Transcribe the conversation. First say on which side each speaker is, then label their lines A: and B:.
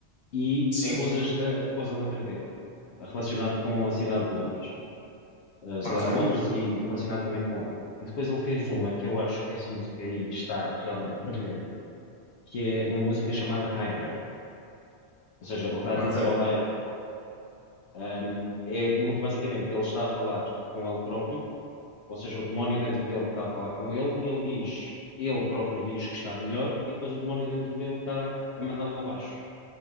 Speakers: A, on the left; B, on the left.
A: e
B: Sim,
A: pôs, as- ah, pôs a letra dele, relacionado com a cidade de Londres. eh, a Cidade
B: ok,
A: de Londres e relacionado também com ele. E depois ele fez uma que eu acho que essa música aí está realmente brilhante, que é uma música chamada Hiren. Ou seja, ele está a
B: ok.
A: dizer olá a ele. Um, é muito basicamente, ele está a falar com ele próprio, ou seja, o demónio dentro dele está a falar com ele e ele diz, ele próprio diz que está melhor e depois o demónio dentro dele está a mandá-lo abaixo.